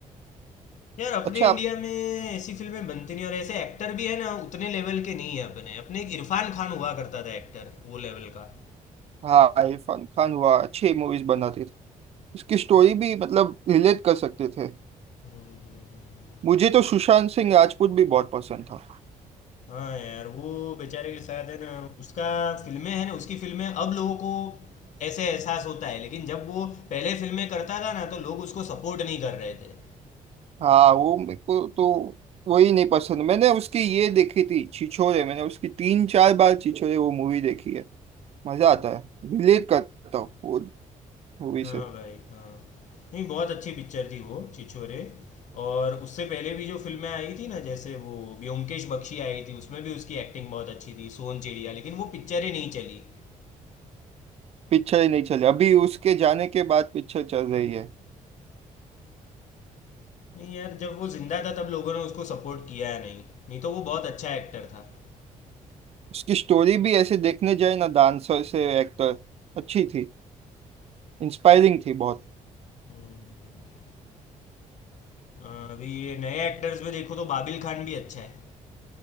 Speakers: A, on the left; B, on the right.
A: यार अपने
B: अच्छा
A: इंडिया में ऐसी फिल्में बनती नहीं और ऐसे एक्टर भी है ना उतने लेवल के नहीं है अपने अपने एक इरफान खान हुआ करता था एक्टर वो लेवल का
B: हाँ इरफान खान हुआ अच्छी मूवीज बनाते थे उसकी स्टोरी भी मतलब रिलेट कर सकते थे
A: हम्म, हम्म, हम्म।
B: मुझे तो सुशांत सिंह राजपूत भी बहुत पसंद था
A: हाँ यार वो बेचारे के साथ है ना उसका फिल्में है ना उसकी फिल्में अब लोगों को ऐसे एहसास होता है लेकिन जब वो पहले फिल्में करता था ना तो लोग उसको सपोर्ट नहीं कर रहे थे
B: हाँ वो मेरे को तो वही नहीं पसंद मैंने उसकी ये देखी थी छिछोरे मैंने उसकी तीन चार बार छिछोरे वो मूवी देखी है मजा आता है रिलेट करता हूँ वो मूवी
A: हाँ
B: से
A: भाई हाँ नहीं बहुत अच्छी पिक्चर थी वो छिछोरे और उससे पहले भी जो फिल्में आई थी ना जैसे वो ब्योमकेश बख्शी आई थी उसमें भी उसकी एक्टिंग बहुत अच्छी थी सोन चिड़िया लेकिन वो पिक्चर ही नहीं चली
B: पिक्चर ही नहीं चली अभी उसके जाने के बाद पिक्चर चल रही है
A: नहीं यार जब वो जिंदा था तब लोगों ने उसको सपोर्ट किया नहीं नहीं तो वो बहुत अच्छा एक्टर था
B: उसकी स्टोरी भी ऐसे देखने जाए ना डांसर से एक्टर अच्छी थी इंस्पायरिंग थी बहुत
A: हम्म। अ, अभी ये नए एक्टर्स में देखो तो बाबिल खान भी अच्छा है